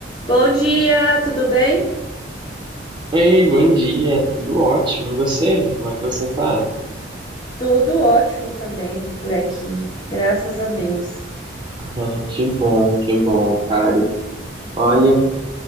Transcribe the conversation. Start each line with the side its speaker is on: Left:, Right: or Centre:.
Left: Bom dia, tudo bem?
Right: Ei, bom dia, tudo ótimo. E você? Como é que você tá?
Left: Tudo ótimo também por aqui, graças a Deus.
Right: Ai, que bom, que bom, cara. Olha,